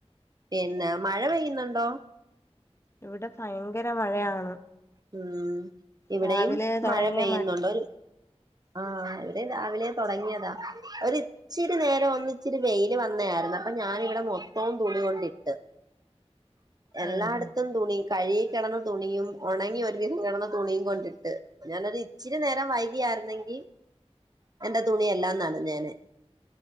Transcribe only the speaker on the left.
ഇവിടെ ഭയങ്കര മഴയാണ്.
രാവിലെ തുടങ്ങിയ
ആഹ്